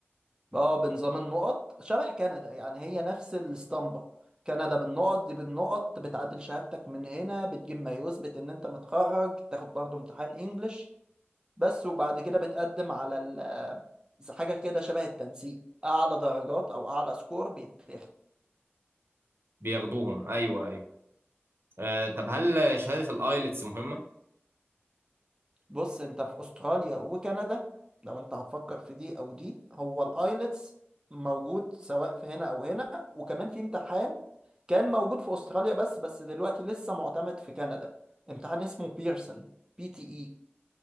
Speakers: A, on the right; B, on the right.
A: اه بنظام النقط شبه كندا يعني هي نفس الاسطمبة كندا بالنقط دي بالنقط بتعادل شهادتك من هنا بتجيب ما يثبت ان انت متخرج تاخد برضو امتحان انجلش بس وبعد كده بتقدم على ال- زي حاجة كده شبه التنسيق أعلى درجات أو أعلى سكور بيتاخد
B: بياخدوهم ايوه ايوه آه، طب هل شهادة الايلتس مهمة
A: بص أنت في أستراليا وكندا لو أنت هتفكر في دي أو دي هو الآيلتس موجود سواء في هنا أو هنا وكمان في امتحان كان موجود في أستراليا بس بس دلوقتي لسه معتمد في كندا امتحان اسمه بيرسون بي تي إي